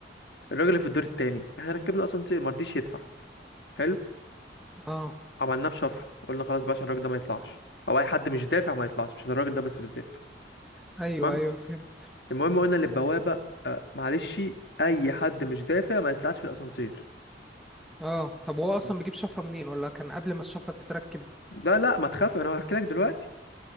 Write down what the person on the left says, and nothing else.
الراجل اللي في الدور التاني احنا ركبنا اسانسير ما رضيش يدفع حلو
عملناه بشفره قلنا خلاص بقى عشان الراجل ده ما يطلعش او اي حد مش دافع ما يطلعش مش عشان الراجل ده بس بالذات
تمام
المهم قلنا للبوابه آه معلش اي حد مش دافع ما يطلعش في الاسانسير
مم.
لا لا ما تخاف انا هحكي لك دلوقتي